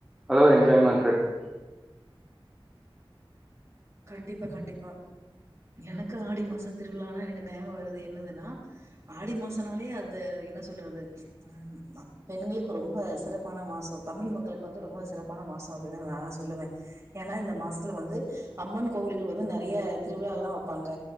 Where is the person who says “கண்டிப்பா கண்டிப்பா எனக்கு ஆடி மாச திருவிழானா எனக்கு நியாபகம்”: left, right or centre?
Right